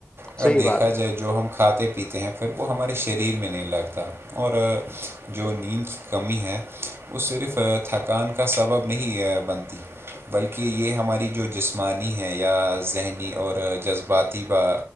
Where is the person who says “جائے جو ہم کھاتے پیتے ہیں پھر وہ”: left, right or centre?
Right